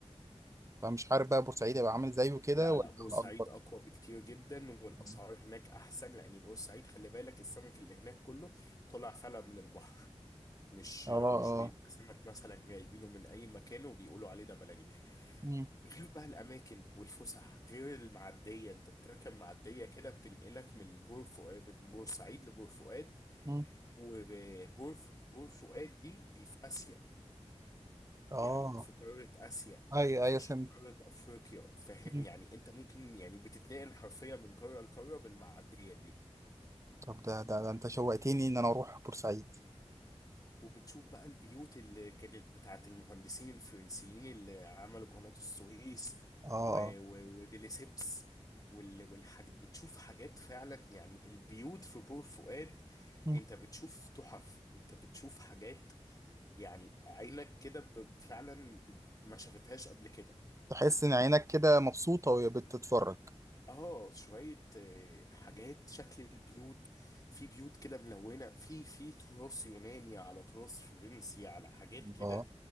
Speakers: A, on the right; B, on the left.
A: فمش عارف بقى بورسعيد هيبقى عامل زيه كده
B: لا
A: ولا
B: لا بورسعيد
A: على اكبر
B: أقوى بكتير جدا والأسعار
A: مم.
B: هناك أحسن لأن بورسعيد خلي بالك السمك اللي هناك كله طلع فلا من البحر مش
A: اه
B: مش
A: اه
B: بيبقى سمك مثلا جايبينه من اي مكان وبيقولوا عليه ده بلدي
A: مم.
B: غير بقى الاماكن والفسح غير المعديه انت بتركب معديه كده بتنقلك من بور فؤاد من بورسعيد لبور فؤاد
A: مم.
B: وبور ف- بور فؤاد دي دي في اسيا
A: اه
B: يعني في قاره اسيا
A: ايوه ايوه
B: مش
A: فهمت
B: في قاره افريقيا فاهم
A: مم.
B: يعني انت ممكن يعني بتتنقل حرفيا من قاره لقاره بالمعديه دي
A: طب ده ده, ده انت شوقتني ان انا اروح بورسعيد
B: وبتشوف بقى البيوت اللي كانت بتاعت المهندسين الفرنسيين اللي عملوا قناة السويس
A: اه اه
B: و... و... وديليسيبس وال... والحاج... بتشوف حاجات فعلا يعني البيوت في بور فؤاد
A: مم.
B: انت بتشوف تحف انت بتشوف حاجات يعني عينك كده ب... فعلا ب... ما شافتهاش قبل كده
A: تحس ان عينك كده مبسوطه وهي بتتفرج
B: اه شوية آه، حاجات شكل البيوت في بيوت كده ملونة في في تراث يوناني على تراث فرنسي على حاجات
A: الله
B: كده